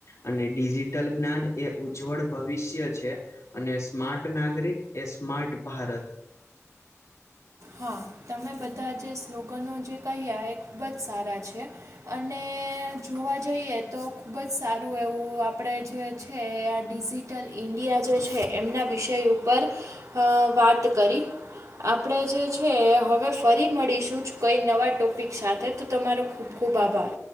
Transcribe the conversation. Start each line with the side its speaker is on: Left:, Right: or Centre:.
Left: અને ડિજિટલ જ્ઞાન એ ઉજ્જવળ ભવિષ્ય છે. અને સ્માર્ટ નાગરિક એ સ્માર્ટ ભારત
Right: હા તમે બધા જે સ્લોગનો જે કહ્યા એ ખૂબ જ સારા છે. અને જોવા જઈએ તો ખૂબ જ સારું એવું આપણે જે કે આ ડિજિટલ ઇન્ડિયા જે છે એમના વિષય ઉપર અ વાત કરી આપ આપણે જે છે હવે ફરી મળીશું જ કંઈ નવા ટોપિક સાથે તો તમારો ખૂબ ખૂબ આભાર